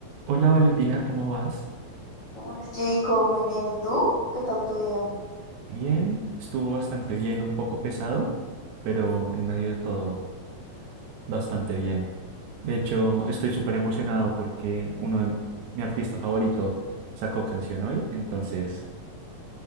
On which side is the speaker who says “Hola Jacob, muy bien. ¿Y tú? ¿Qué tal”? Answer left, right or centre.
Left